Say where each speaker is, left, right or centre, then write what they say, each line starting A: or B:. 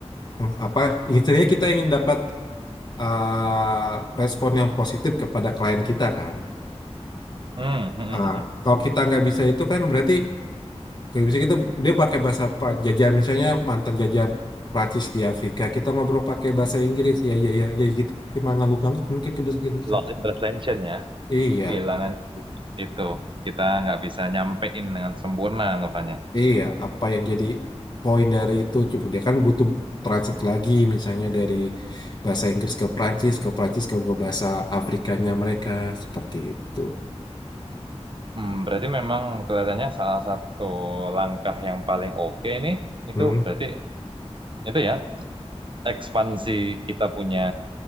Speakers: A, on the left; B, on the right.
A: eh, apa intinya kita ingin dapat eh, respon yang positif kepada klien kita kan
B: Hmm, hmm, hmm,
A: Ah,
B: hmm.
A: kalau kita nggak bisa itu kan berarti nggak bisa kita dia pakai bahasa pra- jajah misalnya mantan jajah Prancis di Afrika kita ngobrol pakai bahasa Inggris ya ya ya ya gitu cuma ngangguk-ngangguk mungkin kebiasaan besar
B: Loss in translation ya,
A: iya
B: kehilangan itu kita nggak bisa nyampein dengan sempurna anggapannya.
A: iya apa yang jadi poin dari itu cuma dia kan butuh transit lagi misalnya dari bahasa Inggris ke Prancis ke Prancis ke, ke bahasa Afrikanya mereka seperti itu
B: Hmm, berarti memang kelihatannya salah satu langkah yang paling oke nih itu
A: hmm.
B: berarti itu ya ekspansi kita punya